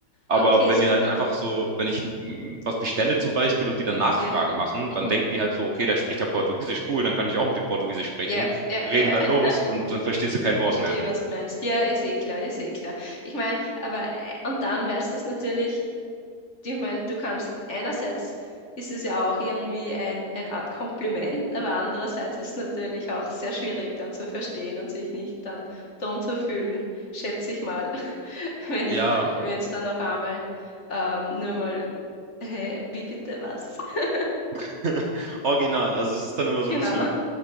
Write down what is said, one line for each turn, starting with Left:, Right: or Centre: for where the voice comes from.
Right: Aber
Left: Okay,
Right: wenn
Left: super.
Right: die halt einfach so, wenn ich mm, was bestelle zum Beispiel und die dann Nachfragen
Left: Ja,
Right: machen,
Left: mhm.
Right: dann denken die halt so, okay, der spricht ja Portugiesisch, cool, dann kann ich auch mit dem Portugiesisch sprechen
Left: Ja, ja,
Right: reden
Left: ja.
Right: da
Left: <laughs>
Right: los und dann verstehst du kein Wort
Left: Verstehe,
Right: mehr.
Left: was du meinst. Ja, ist eh klar, ist eh klar. Ich meine, aber äh, und dann weißt du das natürlich ich meine, du kannst einerseits ist es ja auch irgendwie ein, eine Art Kompliment, aber andererseits ist es natürlich auch sehr schwierig dann zu verstehen und sich nicht dann dumm zu fühlen, schätze ich mal, <laughs> wenn
Right: Ja,
Left: ich, wenn es dann auf einmal ähm, nur mal, hä, wie bitte was? <laughs>
Right: <laughs> original. Also es ist dann immer so
Left: Genau.
Right: ein bisschen